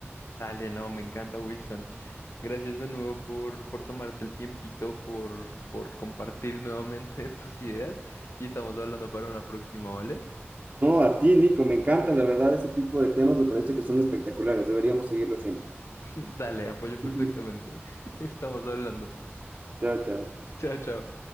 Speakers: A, on the left; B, on the right.
A: Dale, no, me encanta, Wilson. Gracias de nuevo por, por tomarte el tiempito, por, por compartir nuevamente <laughs> tus ideas y estamos hablando para una próxima, ¿vale?
B: No, a ti, Nico, me encanta, la verdad, ese tipo de temas me parece que son espectaculares, deberíamos seguirlo haciendo.
A: <laughs> Dale, apoyo perfectamente.
B: <laughs>
A: <laughs> Estamos hablando.
B: Chao, chao.
A: Chao, chao.